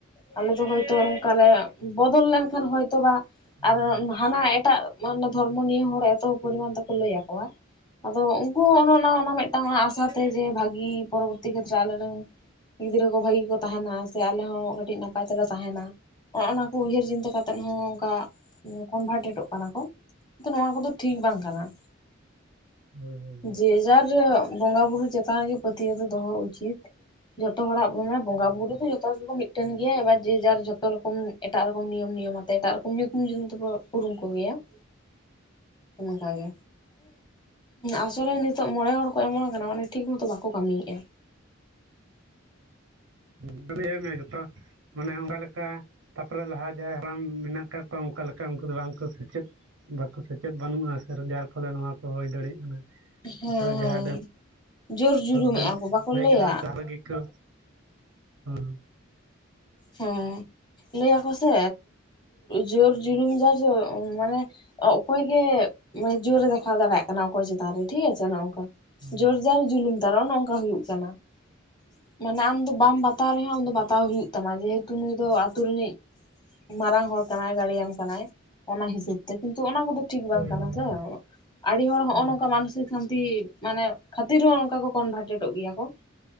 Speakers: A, on the left (about 20°); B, on the right (about 80°).
A: ᱟᱞᱮ ᱫᱚ ᱦᱳᱭᱛᱳ ᱱᱚᱝᱠᱟ ᱞᱮ ᱵᱚᱫᱚᱞ ᱞᱮᱱᱠᱷᱟᱱ ᱦᱚᱭᱛᱳ ᱵᱟ
B: ᱦᱳᱭ
A: ᱟᱨ
B: ᱦᱳᱭ
A: ᱦᱟᱱᱟ ᱮᱴᱟᱜ ᱢᱟᱱᱮ ᱫᱷᱚᱨᱢᱚ ᱱᱤᱭᱟᱹ ᱦᱚᱲ ᱮᱛᱚ ᱯᱚᱨᱤᱢᱟᱱ ᱛᱮᱠᱚ ᱞᱟᱹᱭᱟᱠᱚᱣᱟ ᱾ ᱟᱫᱚ ᱩᱱᱠᱩ ᱦᱚᱸ ᱚᱱ ᱚᱱᱟ ᱢᱤᱫᱴᱟᱝ ᱟᱥᱟᱛᱮ ᱡᱮ ᱵᱷᱟᱹᱜᱤ ᱯᱚᱨᱚᱵᱚᱨᱛᱤ ᱠᱷᱮᱛᱨᱮ ᱟᱞᱮᱨᱮᱱ ᱜᱤᱫᱽᱨᱟᱹ ᱠᱚ ᱵᱷᱟᱹᱜᱤ ᱠᱚ ᱛᱟᱦᱮᱱᱟ ᱥᱮ ᱟᱞᱮ ᱦᱚᱸ ᱠᱟᱹᱴᱤᱡ ᱱᱟᱯᱟᱭ ᱛᱮᱞᱮ ᱛᱟᱦᱮᱱᱟ ᱾ ᱱᱚᱜ ᱚᱱᱟ ᱠᱚ ᱩᱭᱦᱟᱹᱨ ᱪᱤᱱᱛᱟᱹ ᱠᱟᱛᱮᱫ ᱦᱚᱸ ᱚᱱᱠᱟ ᱠᱚᱱᱵᱷᱟᱨᱴᱮᱰᱚᱜ ᱠᱟᱱᱟ ᱠᱚ ᱾ ᱛᱚ ᱱᱚᱣᱟ ᱠᱚᱫᱚ ᱴᱷᱤᱠ ᱵᱟᱝ ᱠᱟᱱᱟ ᱾
B: ᱦᱳᱭ ᱦᱳᱭ ᱦᱳᱭ ᱦᱳᱭ
A: ᱡᱮᱡᱟᱨ ᱵᱚᱸᱜᱟ ᱵᱩᱨᱩ ᱪᱮᱛᱟᱱ ᱨᱮᱜ ᱯᱟᱹᱛᱭᱟᱹᱣ ᱫᱚᱦᱚ ᱩᱪᱤᱛ ᱾ ᱡᱚᱛᱚ ᱦᱚᱲᱟᱜᱮ ᱵᱚᱸᱜᱟ
B: ᱦᱳᱭ
A: ᱵᱩᱨᱩ ᱫᱚ ᱡᱚᱛᱚ ᱨᱚᱠᱚᱢ ᱢᱤᱫᱴᱮᱱ ᱜᱮᱭᱟ ᱮᱟᱨ ᱡᱮ ᱡᱟᱨ ᱡᱷᱚᱛᱚ ᱨᱚᱠᱚᱢ ᱮᱴᱟᱜ ᱨᱚᱠᱚᱢ ᱱᱤᱭᱚᱢ ᱱᱤᱭᱚᱢ ᱟᱛ ᱮᱴᱟᱜ ᱨᱚᱠᱚᱢ ᱧᱩᱛᱩᱢ ᱧᱩᱛᱩᱢ ᱛᱮ ᱩᱨᱩᱢ ᱠᱚ ᱜᱮᱭᱟ ᱾ ᱚᱱᱠᱟᱜᱮ, ᱟᱥᱚᱞᱮ ᱱᱤᱛᱚᱜ ᱢᱚᱬᱮ ᱦᱚᱲ ᱮᱢᱚᱱ ᱟᱠᱟᱱᱟ ᱢᱟᱱᱮ ᱴᱷᱤᱠ ᱢᱚᱛᱚ ᱵᱟᱠᱚ ᱠᱟᱹᱢᱤᱭᱮᱜᱼᱟ᱾
B: ᱢᱮ <unintelligible> ᱡᱚᱛᱚ ᱾ ᱢᱟᱱᱮ ᱚᱱᱠᱟ ᱞᱮᱠᱟ ᱛᱟᱯᱚᱨᱮ ᱞᱟᱦᱟ ᱡᱟᱦᱟᱸᱭ ᱦᱟᱲᱟᱢ ᱢᱮᱱᱟᱜ ᱟᱠᱟᱫ ᱠᱚᱣᱟ ᱚᱱᱠᱟ ᱞᱮᱠᱟ ᱩᱱᱠᱩ ᱫᱚ ᱵᱟᱝᱠᱚ ᱥᱮᱪᱮᱫ ᱵᱟᱠᱚ ᱥᱮᱪᱮᱫ ᱵᱟᱹᱱᱩᱜᱼᱟ, ᱥᱮ ᱡᱟᱨ ᱯᱷᱚᱞᱮ ᱱᱚᱣᱟ ᱠᱚ ᱦᱩᱭ ᱫᱟᱲᱮᱭᱟᱜ ᱠᱟᱱᱟ᱾
A: ᱦᱮᱸ
B: ᱛᱟᱯᱚᱨᱮ
A: ᱦᱮᱸ
B: ᱡᱟᱦᱟᱸ ᱰᱟᱹᱱ
A: ᱡᱳᱨ ᱡᱩᱞᱩᱢᱮᱫᱼᱟ
B: ᱵᱮᱱ
A: ᱠᱚ ᱵᱟᱠᱚ
B: ᱞᱟᱹᱭ
A: ᱞᱟᱹᱭᱟ
B: ᱠᱮᱫᱟ ᱩᱱᱠᱩ ᱟᱨᱚ ᱜᱮᱠᱚ ᱦᱩᱸ ᱾
A: ᱦᱮᱸ ᱞᱟᱹᱭ ᱟᱠᱚ ᱥᱮ ᱡᱚᱨ ᱡᱩᱨᱩ ᱩᱢ ᱡᱟᱨ ᱢᱟᱱᱮ ᱚᱠᱚᱭ ᱜᱮ ᱢᱟᱱᱮ ᱡᱳᱨᱮ ᱮ ᱫᱮᱠᱷᱟᱣ ᱫᱟᱲᱮᱭᱟᱜ ᱠᱟᱱᱟ ᱚᱠᱚᱭ ᱪᱮᱛᱟᱱ ᱨᱮ ᱴᱷᱤᱠ ᱟᱪᱷᱮ ᱱᱚ ᱱᱚᱝᱠᱟ ᱾
B: ᱦᱩᱸ
A: ᱡᱳᱨᱡᱟᱨ ᱡᱩᱞᱩᱢ ᱛᱟᱨᱚ ᱚᱱᱮ ᱚᱱᱠᱟ ᱦᱩᱭᱩᱜ ᱠᱟᱱᱟ ᱢᱟᱱᱮ ᱟᱢ ᱫᱚ ᱵᱟᱢ ᱵᱟᱛᱟᱣ ᱨᱮᱦᱚᱸ ᱟᱢ ᱫᱚ ᱵᱟᱛᱟᱣ ᱦᱩᱭᱩᱜ ᱛᱟᱢᱟ ᱡᱮᱦᱮᱛᱩ ᱱᱩᱭ ᱫᱚ ᱟᱛᱳ ᱨᱤᱱᱤᱡ ᱢᱟᱨᱟᱝ ᱦᱚᱲ ᱠᱟᱱᱟᱭ ᱜᱟᱲᱭᱟᱱ ᱠᱟᱱᱟᱭ ᱚᱱᱟ ᱦᱤᱥᱟᱹᱵ ᱠᱤᱱᱛᱩ ᱚᱱᱟ ᱠᱚᱫᱚ ᱴᱷᱤᱠ ᱵᱟᱝ
B: ᱦᱳᱭ
A: ᱠᱟᱱᱟ
B: ᱦᱳᱭ
A: ᱥᱮ,
B: ᱦᱳᱭ ᱦᱩᱸ
A: ᱟᱹᱰᱤ ᱦᱚᱲ ᱦᱚᱸᱜᱼᱚ
B: ᱦᱩᱸ
A: ᱱᱚᱝᱠᱟ ᱢᱟᱱᱥᱤᱠ, ᱥᱟᱱᱛᱤ ᱢᱟᱱᱮ ᱠᱷᱟᱹᱛᱤᱨ ᱦᱚᱸ ᱚᱱᱠᱟ ᱠᱚ ᱠᱚᱱᱵᱷᱟᱨᱴᱮᱴᱚᱜ ᱜᱮᱭᱟ ᱠᱚ ᱾